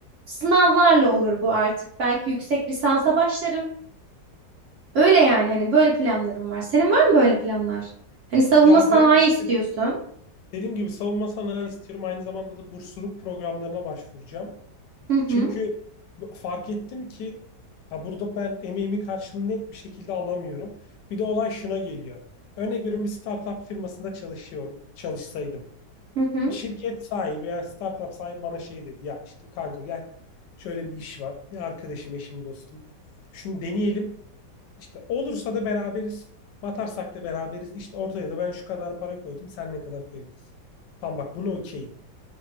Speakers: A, on the right; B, on the left.
A: Sınavlarla olur bu artık. Belki yüksek lisansa başlarım. Öyle yani hani böyle planlarım var. Senin var mı böyle planlar? Hani savunma
B: Ya
A: sanayi
B: ben işte
A: istiyorsun.
B: dediğim gibi savunma sanayi istiyorum. Aynı zamanda da bursluluk programlarına başvuracağım.
A: Hı hı
B: Çünkü bu- fark ettim ki ha burada ben emeğimin karşılığını net bir şekilde alamıyorum. Bir de olay şuna geliyor. Örnek veriyorum bir startup firmasında çalışıyorum. Çalışsaydım.
A: hı hı.
B: Bir şirket sahibi ya startup sahibi bana şey dedi ya işte kanka gel şöyle bir iş var ya arkadaşım eşim dostum şunu deneyelim işte olursa da beraberiz batarsak da beraberiz işte ortaya da ben şu kadar para koydum sen ne kadar koyabilirsin falan bak buna okeyim